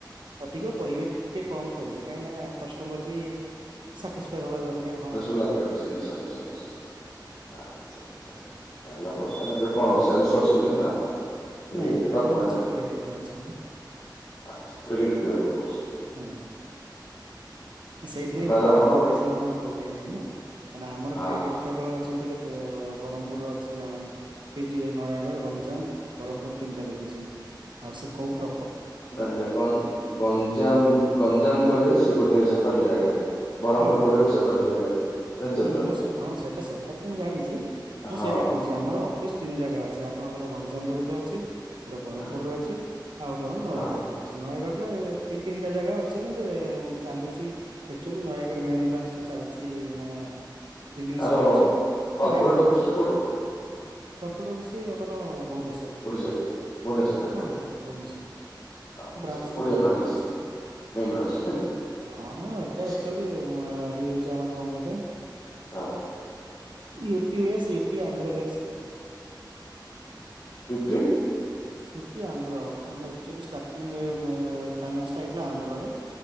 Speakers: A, on the right; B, on the left.
A: ଅଧିକ କହିବେ ଟିକେ କମ କହିବେ କାହିଁନା କଷ୍ଟମର ବି। ସାଟିସ୍ଫାଇ ହବା ଦରକାର ହଁ। ଏତିକି
B: ଲାଗି
A: ର-
B: ରହୁଛି
A: ହୁଁ,
B: ନିଶ୍ଚୟ ନିଶ୍ଚୟ ନିଶ୍ଚୟ ଆଛା ତାହେଲେ ଆପଣ
A: ହୁଁ,
B: <unintelligible>
A: ହୁଁ।
B: କଣ ସେଲସରେ ଅଛନ୍ତି ନା। ଇଏ
A: ନାଇଁ ନାଇଁ
B: ଡକ୍ୟୁମେଣ୍ଟ
A: ମୁଁ ଅଛି କ୍ରେଡିଟରେ ଅଛି।
B: ଆଚ୍ଛା କ୍ରେଡିଟ ବି ଆପଣ କରୁଚନ୍ତି।
A: ହୁଁ ହୁଁ। ସେଇଥିିନାଇଁ
B: ତାହେଲେ
A: ପ୍ରପର
B: ଆପଣ
A: ଲୋକେସନ ଆପଣଙ୍କୁ କହିପାରିଲି ନା କାହିଁକ ନା ଆମ
B: ହଁ
A: କ୍ରେଡିଟ୍
B: ହଁ।
A: କେବଳ ଅଛନ୍ତି କେ ତେ ବ୍ରହ୍ମପୁରର ଅଛି ଜଣେ। ଏ ଯିଏ ନୟାଗଡ, ଗଞ୍ଜାମ, ବ୍ରହ୍ମପୁର ତିନିଟା ଦେଖୁଛି ଆଉ ସେ କୋଉ ପ୍ର
B: ନାଇ ନାଇଁ ଗ ଗଞ୍ଜାମ ଗଞ୍ଜାମ କହିଲେ ସେ ଗୋଟେ ସେପାରେଟ ଜାଗା। ବ୍ରହ୍ମପୁର
A: ହଁ ହଁ
B: କହିଲେ ବି ସେପାରଟ ଜାଗା। ଜାଣିଛ
A: ହୁଁ
B: ତ
A: ମୁଁ ସେ ହଁ ସେଇଟା ସେଟା ତ ମୁଁ ଜାଣିଛି ମୁଁ
B: ହଁ
A: ସେଇଟା କହୁଛି ଯେ ଆମର ଅଫିସ ତିନି ଜାଗା ଅଛି ଆପଣଙ୍କର ଗଞ୍ଜାମ ରେ ଗୋଟେ ଅଛି। ଗୋଟେ ବ୍ରହ୍ମପୁରରେ
B: ହଁ
A: ଅଛି ଆଉ ଗୋଟେ ନୟାଗଡ
B: ହଁ।
A: ରେ ଅଛି। ନୟାଗଡ ରେ ଦି ତିନିଟା ଜାଗା ଅଛି କିନ୍ତୁ ଏ ଏ ଚାଲୁଛି ଏକ୍କଚୁଲୀ ନୟାଗଡ଼ ମେ ବ୍ରାଞ୍ଚ ଚାଲିଛି ମାନେ ଡିଲିଂସି
B: ଆର
A: କରୁଛି
B: କର୍ପୋରେଟ
A: ଲ୍ୟାବ ପାଇଁ
B: ଅଫିସ ଟା କୋଉଟା
A: କର୍ପୋଟ ସେ ଆମର ଭୁବନେଶର <unintelligible>
B: ଓଡିଶା। ଭୁବନେଶ୍ୱର ଆଜ୍ଞା
A: ହଁ ଭୁବନେଶର
B: ଆଚ୍ଛା
A: ବ୍ରାଞ୍ଚ
B: ଆଚ୍ଛା
A: ଠୁ
B: ଓଡିଆ
A: ମେନ୍
B: ଫାଇନାନ୍ସ
A: ବ୍ରାଞ୍ଚ ପାଇଁ।
B: ମେନ୍ ବ୍ରାଞ୍ଚ ନାଇଁ
A: ହଁ ଏଟା
B: ଆଚ୍ଛା
A: ଏକ୍କଚୁଲି ହେଇଯାଉଛି ଆମର କଣ କହିଲେ?
B: ହଁ।
A: ୟୁପି ବେଶ ୟୁପି ଆନ୍ଧ୍ର ବେଶ ସବୁ।
B: ଫଫ୍ <unintelligible>
A: ୟୁପି ଆନ୍ଧ୍ର ମାନେ ଆକଚୁଆଲି ଷ୍ଟାର୍ଟିଂ ଏ ଏ ଫାଇନାସ୍ ହେଇଥିଲା ଆନ୍ଧ୍ରରେ।